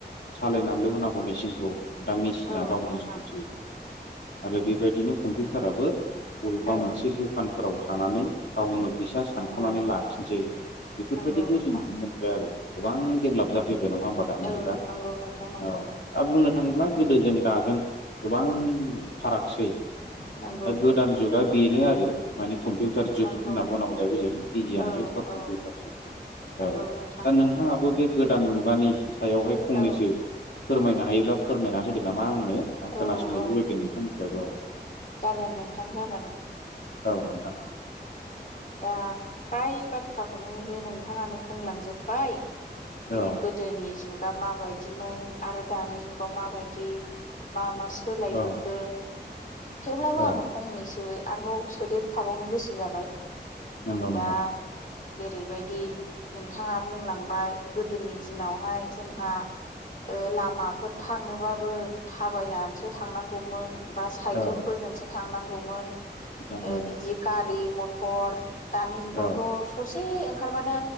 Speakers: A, on the left; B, on the left.
A: सालायनानैल' होनांगौ मेसिनखौ। दा मेसिना
B: औ
A: गावनो
B: नोंथां
A: सनसै आरो बेबायदिनो कम्पिउटाराबो बबेबा
B: औ
A: मोनसे दखानफोराव थानानै गावनो फैसा सानख'नानै
B: नंगौ
A: लाखि जै बेफोरबायदिखौ
B: नंगौ नोंथां
A: जों नुनो मोनबाय आरो गोबां डेभलप जाखायो। फैद नङा हबा दानि
B: औ
A: जुगा
B: नंगौ नोंथां नंगौ
A: औ दा बुंनो सानब्ला गोदो जों दाजों गोबां फारागसै दा
B: नंगौ
A: गोदान जुगा बेनो आरो माने कम्पिउटार जुग
B: नंगौ
A: होनना बुंनांगौ जाहैबाय जों बिगियान
B: औ
A: जुग। बा औ
B: औ नंगौ नोंथां
A: दा नोंथाङा बे गोदान मुगानि सायावहाय फंनैसो
B: औ
A: फोरमायनो हायोब्लाा फोरमायना होदो नामा आंनो? आं
B: औ
A: खोनासंनो
B: औ
A: लुबैगोन नोंथांनिफ्राय र'
B: जागोन नोंथां जागोन।
A: औ नोंथां।
B: दा फ्राय बाथ्राखौनो जे नोंथाङानो बुंलांजोबबायव गि
A: औ
B: गोदोनि जुग बा माबायदिमोन आरो दानि जुगाव माबायदि मा मा? सोलायबोखो?
A: औ
B: थेवब्लाबो
A: औ
B: आङो फंनैसो आरोबाव सोदेरफाबावनो गोसो जाबाय।
A: नंगौ नोंथां
B: दा जेरैबायदि नोंथाङा बुंलांबाय। गोदोनि दिनावहाय जोंहा ओ लामाफोर थांनोबाबो थाबायनानैसो थांनांगौमोन। बा साइकेलफोरजोंसो
A: औ
B: थांनांगौमोन
A: नंगौ
B: बिदि गारि-मथर। दानि जुगावथ'
A: औ
B: ससे ओं ओंखारबानो